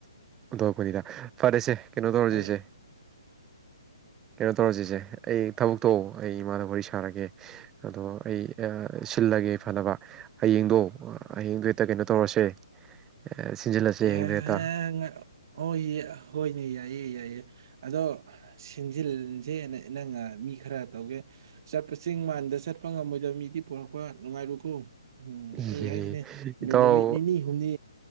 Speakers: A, on the right (about 15°); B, on the right (about 50°).
A: ꯊꯣꯛꯣꯛꯛꯄꯅꯤꯗ ꯐꯔꯦꯁꯦ ꯀꯩꯅꯣ ꯇꯧꯔꯁꯤꯁꯦ
B: ꯑꯩ-
A: ꯀꯩꯅꯣ ꯇꯧꯔꯁꯤꯁꯦ ꯑꯩ ꯊꯕꯛ ꯊꯣꯛꯣꯑꯣ ꯑꯩ ꯏꯃꯥꯅ ꯋꯥꯔꯤ ꯁꯦ ꯊꯥꯔꯒꯦ ꯑꯗꯣ ꯑꯩ ꯁꯤꯜꯂꯒꯦ ꯐꯅꯕ ꯍꯌꯦꯡꯗꯣ ꯑꯣ ꯑꯍꯤꯡꯗꯨ ꯍꯦꯛꯇ ꯀꯩꯅꯣ ꯇꯧꯔꯁꯦ ꯑ ꯁꯤꯟꯖꯤꯜꯂꯁꯦ
B: ꯍ
A: ꯍꯌꯦꯡꯗꯣ ꯍꯦꯛꯇ
B: ꯑꯣꯏ ꯍꯣꯏꯅꯦ ꯌꯥꯏꯌꯦ ꯌꯥꯏꯌꯦ ꯑꯗꯣ ꯁꯤꯟꯖꯤꯟꯁꯦꯅ ꯅꯪ ꯃꯤ ꯈꯔ ꯇꯧꯒꯦ ꯆꯠꯄ ꯆꯤꯡ ꯃꯥꯟꯗ ꯆꯠꯄ ꯉꯝꯃꯣꯏꯗꯕ ꯃꯤꯗꯤ ꯄꯔꯛꯄ ꯅꯨꯡꯉꯥꯏꯔꯨꯀꯣ ꯎꯝ
A: ꯏꯍꯦ
B: ꯑꯩ ꯍꯥꯏꯁꯤꯅꯦ
A: ꯏꯇꯥꯎ
B: ꯅꯨꯃꯤꯠ ꯅꯤꯅꯤ ꯍꯨꯝꯅꯤ